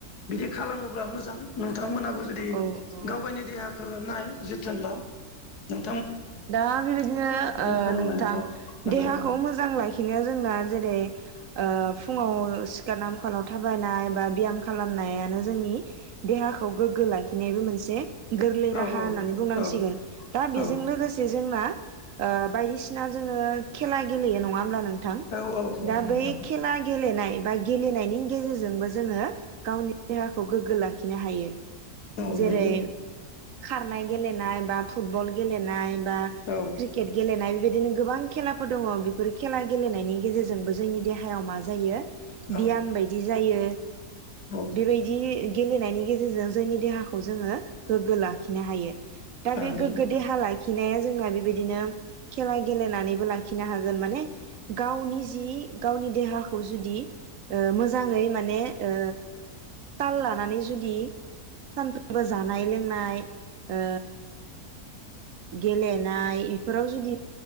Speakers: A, on the left; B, on the right.
A: बिदि खालामोब्ला मोजां नोंथांमोना बो जुदि
B: औ औ
A: गावगायनि देहाखौ नाय । जोथोन ला नोंं
B: दा बेबायदिनो ओ
A: खालामनानै
B: नोंथां
A: था नंगौ
B: देहाखौ मोजां लाखिनो जोंना जेरै ओ फुङाव सिखारना मखालाव थाबायनाय बा ब्याम खालामनायानो जोंनि देहाखौ गोग्गो लाखिनायबो मोनसे गोरलै
A: औ
B: राहा होननानै बुंनांसिगोन
A: औ
B: । दा
A: औ
B: बेजों लोगोस ओ बायदिसिना जोङो खेला गेलेयो नङा होमला नों थां
A: औ औ
B: दा
A: नोंथां
B: बै खेला गेलेनाय बा गेलेनायनि गेजेरजोंबो जोङो गावनि देहाखौ गोग्गो लाखिनो हायो ।
A: औ
B: जेरै
A: नंगौ
B: खारनाय गेलेनाय बा फुटबल गेलेनाय बा
A: औ
B: क्रिकेट गेलनाय बेबायदिनो गोबां खेलाफोर दङ बेफोर खेला गेलेनायनि गेजेरजोंबो जोंनि देहायाव मा मा जायो
A: औ
B: बियाम बायदि जायो
A: औ
B: बेबायदि गेलेनायनि गेजेरजों जोंनि देहाखौ जोङो गोग्गो लाखिनो हायो दा
A: हायो
B: बे गोग्गो देहालाखि नाया जोंहा बेबायदिनो खेला गेलेनानैबो लाखिनो हागोन माने गावनि जि गावनि देहाखौ जुदि ओ मोजाङै माने ओ ताल लानानै जुदि सानफ्रोमबो जानाय लोंनाय ओ गेलेनाय इफोराव जुदि